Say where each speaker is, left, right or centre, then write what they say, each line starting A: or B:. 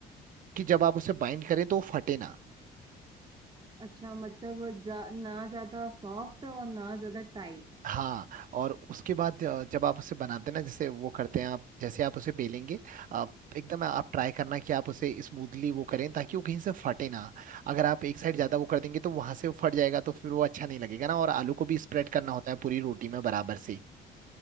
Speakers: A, on the right; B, on the right.
A: कि जब आप उसे बाइंड करें तो वो फटे ना
B: अच्छा मतलब वो जा, ना ज्यादा सॉफ्ट और ना ज्यादा टाइट
A: हाँ और उसके बाद अ, जब आप उसे बनाते हैं ना जैसे वो करते हैं आप जैसे आप उसे बेलेंगे आप एकदम आप ट्राई करना कि आप उसे स्मूथली वो करें ताकि वो कहीं से फटे ना अगर आप एक साइड ज्यादा वो कर देंगे तो वहां से वो फट जाएगा तो फिर वो अच्छा नहीं लगेगा ना और आलू को भी स्प्रेड करना होता है पूरी रोटी में बराबर से